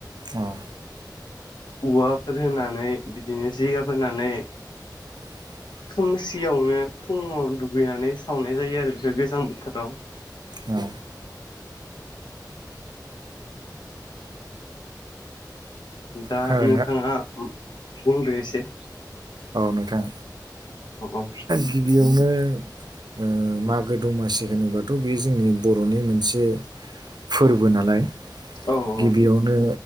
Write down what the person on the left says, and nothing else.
औवाफोर होनानै बिदिनो जिगाब होनानै
खोमसियावनो फुङावनो दुगैनानै सावनाय जायो आरो बेखौ गोजां बोथोराव
दा
नोंथाङा बुंदो एसे
औ औ
औ औ